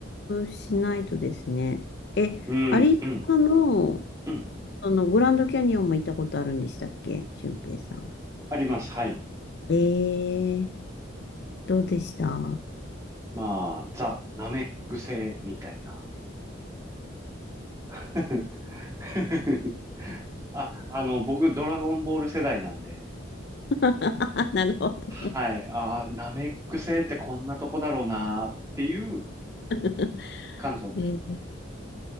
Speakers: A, on the left; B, on the right.
A: しないとですね。え、
B: うん。
A: アリゾナの
B: うん。うん。
A: あの、グランドキャニオンも行ったことあるんでしたっけ俊平さん。
B: あります。はい。
A: ええどうでした
B: まあ、ザ・ナメック星みたいな。<laughs> あ、あの、僕、ドラゴンボール世代なんで、
A: <laughs> なるほど。
B: はい。あー、ナメック星ってこんなとこだろうなっていう
A: <laughs>
B: 感想です。
A: え